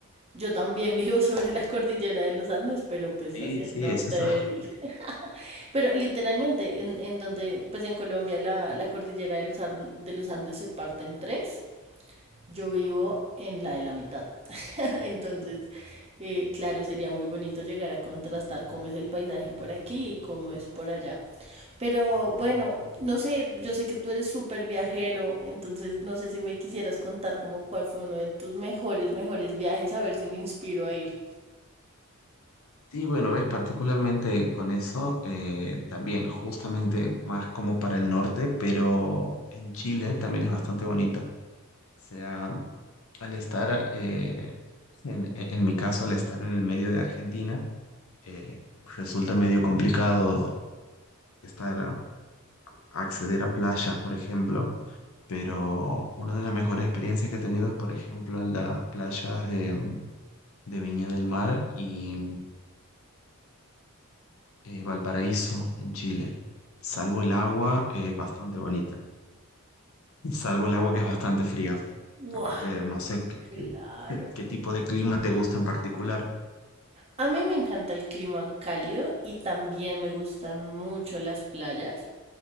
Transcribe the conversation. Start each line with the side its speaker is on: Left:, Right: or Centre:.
Right: yo también <laughs> vivo sobre la cordillera de los Andes, pero pues
Left: Sí,
Right: hacia el
Left: sí,
Right: norte
Left: Sí, es eso.
Right: del... Pero literalmente, en, en donde, pues en Colombia la, la cordillera de los, Ar- de los Andes se parte en tres, yo vivo en la de la mitad. <laughs> Entonces, eh, claro, sería muy bonito llegar a contrastar cómo es el paisaje por aquí y cómo es por allá. Pero bueno, no sé, yo sé que tú eres súper viajero, entonces no sé si me quisieras contar como cuál fue uno de tus mejores, mejores viajes, a ver si me inspiro a ir.
Left: Sí, bueno, ves, particularmente con eso, eh, también justamente más como para el norte, pero en Chile también es bastante bonito. O sea, al estar, eh, en, en mi caso, al estar en el medio de Argentina, eh, resulta medio complicado estar, acceder a playas, por ejemplo, pero una de las mejores experiencias que he tenido es, por ejemplo, en las playas de, de Viña del Mar y eh, Valparaíso, en Chile. Salvo el agua, eh, es bastante bonita. Salvo el agua que es bastante fría.
Right: Wow,
Left: Aparte, no sé
Right: claro.
Left: qué, qué- qué tipo de clima te gusta en particular.
Right: A mí me encanta el clima cálido y también me gustan mucho las playas.